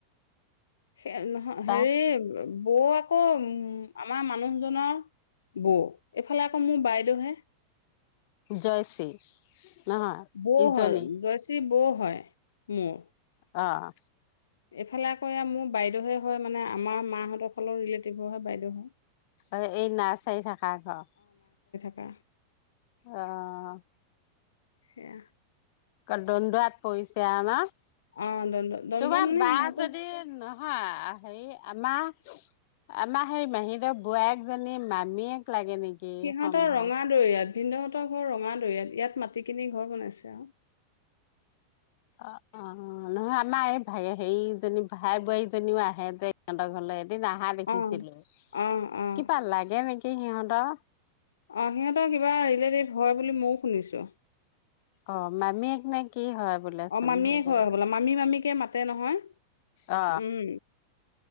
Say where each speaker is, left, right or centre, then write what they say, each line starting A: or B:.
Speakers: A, on the left (about 70°); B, on the left (about 50°).
A: সে নহয় হেৰি
B: তা
A: <unintelligible> বৌ আকৌ উম আমাৰ মানুহজনৰ বৌ এইফালে আকৌ মোৰ বাইদেউহে
B: জয়শ্ৰী! নহয়
A: বৌ
B: ইজনী
A: হয় জয়শ্ৰী বৌ হয় মোৰ
B: অ'
A: এইফালে আকৌ এয়া মোৰ বাইদেউহে হয় মানে আমাৰ মাহঁতৰ ফালৰ ৰিলেটিভো হয় বাইদেউ হয়
B: অ', এই নাৰ্চাৰী থাকা ঘৰ
A: অহ'
B: অ'
A: সেয়া।
B: দণ্ডোৱাত পৰিছে ন'
A: অ', দণ্ড দণ্ডত
B: তোমাৰ
A: মানে
B: বা
A: সিহঁতৰ
B: যদি নহয় হেৰি আমাৰ আমাৰ সেই মাহীদেউৰ বোৱাৰেকজনী মামীয়েক লাগে নেকি!
A: সিহঁতৰ
B: সম্ভৱ
A: ৰঙাদৈয়াত ভিনদেউহঁতৰ ঘৰ ৰঙাদৈয়াত, ইয়াত মাটি কিনি ঘৰ বনাইছে আৰু
B: অ', অ', নহয়, আমাৰ এই, হেৰিজনী ভাই বোৱাৰীজনীও আহে যে সিহঁতৰ ঘৰলে দিন আহা দেখিছিলো
A: অ', অ', অ'।
B: কিবা লাগে নেকি <unintelligible> সিহঁতৰ
A: অ', সিহঁতৰ কিবা ৰিলেটিভ হয় বুলি মও শুনিছো
B: অ', মামীয়েক নে কি হয় বোলেচোন
A: অ', মামীয়েক
B: সেইজনী
A: হ'বলা মামী মামী কে মাতে নহয়
B: অ
A: উম